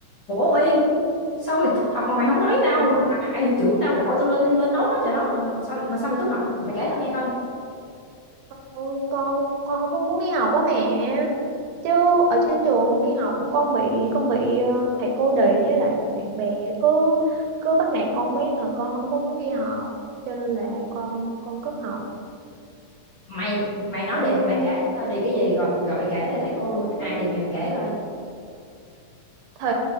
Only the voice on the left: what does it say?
Ủa Uyên Sao mày cúp học mà mày không nói với tao
Làm hại hiệu trưởng tao gọi tao lên lên nốt hết trời đó mà, mà sao mà sao mày cúp học mày, mày kể tao nghe coi
Mày mày nói đi
mày kể coi đề cái gì rồi rồi mày kể ra
thầy cô ai đi mày mày kể coi